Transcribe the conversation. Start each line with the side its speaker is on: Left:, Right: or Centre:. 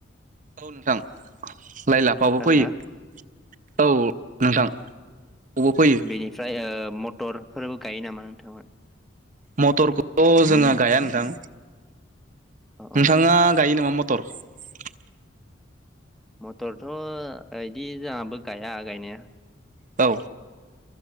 Right: औ नोंथां लाइ लाफाबो
Centre: हो
Right: फैयो
Centre: हो
Right: औ नोंथां खौबो फैयो
Centre: बेनिफ्राय ओ मटरफोरबो गायो नामा नोंथांमोनहा
Right: मटरखौथ जोंङा गाया नोंथां
Centre: औ
Right: नोंथाङा
Centre: औ
Right: गायो नामा मटर तर
Centre: मटरथ इदि जोंहाबो गाया गायनाया
Right: औ